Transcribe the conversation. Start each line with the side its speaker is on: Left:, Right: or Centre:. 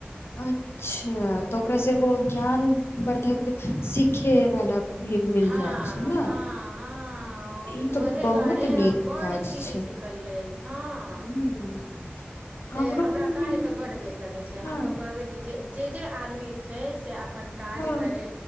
Left: अच्छा तऽ ओकरासँ एगो ज्ञान वर्धक सिखे वाला भी मिल
Right: हँ
Left: जाइ छै ने
Right: हँ हँ
Left: ई तऽ
Right: ओहे
Left: बहुत
Right: दुआरे हम
Left: नीक
Right: बड
Left: काज
Right: चीज
Left: छै
Right: सिखलिये हँ
Left: ह हमरो
Right: हे हमरा
Left: के मिल
Right: कार्य तऽ बड्ड बेस लगै छै
Left: हँ
Right: हम तऽ कहबै कि जे जे जे आदमी छै से अपन काज
Left: हँ
Right: करे